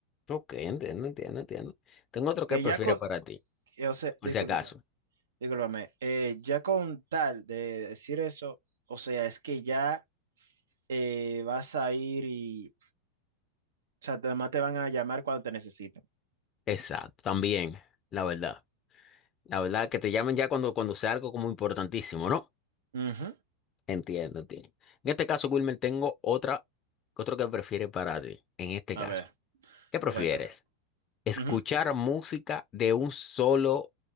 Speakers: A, on the left (about 30°); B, on the right (about 80°).
A: Ok, entiendo, entiendo, entiendo. Tengo otro
B: Que
A: que prefiere
B: ya con,
A: para ti,
B: o sea,
A: por
B: discúlpame,
A: si acaso.
B: discúlpame. eh, ya con tal de decir eso, o sea, es que ya eh, vas a ir y, o sea, además te van a llamar cuando te necesiten.
A: Exacto, también, la verdad. La verdad, que te llamen ya cuando, cuando sea algo como importantísimo, ¿no?
B: Ujú.
A: Entiendo, entiendo. En este caso, Wilmer, tengo otra, otro que prefiere para ti. En este
B: A
A: caso,
B: ver,
A: ¿qué prefieres?
B: cuéntame.
A: ¿Escuchar
B: Ujú.
A: música de un solo